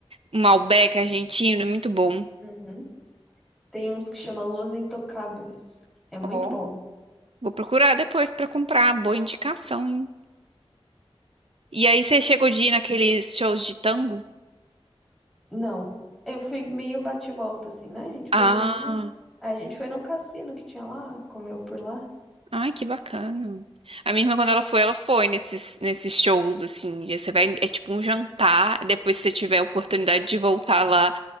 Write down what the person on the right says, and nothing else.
Um Malbec argentino, é muito bom.
Ó,
Vou procurar depois pra comprar. Boa indicação, hein? E aí você chegou de ir naqueles shows de tango?
Ah,
ai, que bacana. A minha irmã, quando ela foi, ela foi nesses, nesses shows, assim. e Você vai, é tipo um jantar. Depois, se você tiver a oportunidade de voltar lá,